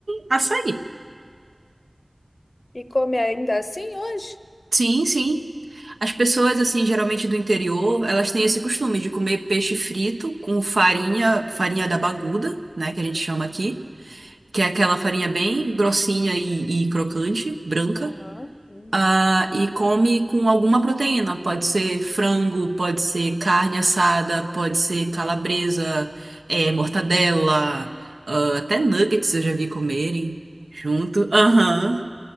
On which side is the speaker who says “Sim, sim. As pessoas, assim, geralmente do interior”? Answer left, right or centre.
Right